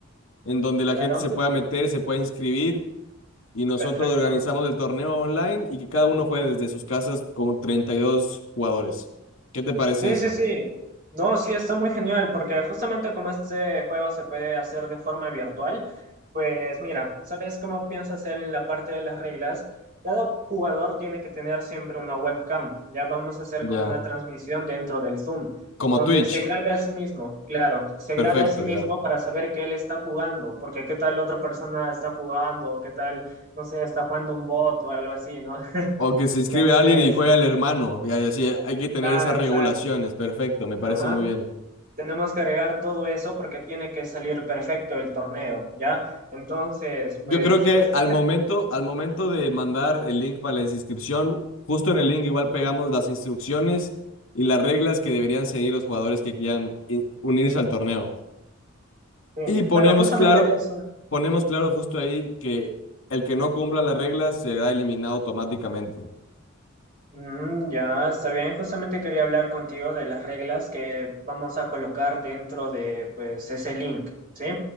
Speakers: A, on the left (about 70°); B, on the right (about 45°).
A: en donde la
B: Claro.
A: gente se pueda meter, se pueda inscribir y nosotros
B: Perfecto.
A: organizamos el torneo online y que cada uno juegue desde sus casas con 32 jugadores. ¿Qué te parece
B: Sí,
A: eso?
B: sí, sí. No, sí, está muy genial, porque justamente como este juego se puede hacer de forma virtual, pues mira, ¿sabes cómo pienso hacer en la parte de las reglas? Cada jugador tiene que tener siempre una webcam. Ya vamos a hacer
A: Ya.
B: como una transmisión dentro del Zoom,
A: Como
B: donde
A: Twitch.
B: se grabe a sí mismo, claro, se
A: Perfecto,
B: grabe a sí mismo
A: ya.
B: para saber que él está jugando, porque qué tal otra persona está jugando, qué tal, no sé, está jugando un bot o algo así, ¿no? <laughs>
A: O que se
B: Entonces,
A: inscribe alguien y juega el hermano. Y así hay que tener
B: ah,
A: esas
B: exacto,
A: regulaciones. Perfecto, me parece
B: ajá.
A: muy bien.
B: Tenemos que agregar todo eso porque tiene que salir perfecto el torneo, ¿ya? Entonces, pues,
A: Yo creo que
B: esta
A: al
B: es la...
A: momento, al momento de mandar el link para la inscripción, justo en el link igual pegamos las instrucciones y las reglas que deberían seguir los jugadores que quieran i- unirse al torneo.
B: sí.
A: Y ponemos
B: Bueno, justamente
A: claro,
B: de eso,
A: ponemos claro justo ahí que el que no cumpla las reglas será eliminado automáticamente.
B: Mm, ya está bien, justamente quería hablar contigo de las reglas que vamos a colocar dentro de, pues, ese link, ¿sí?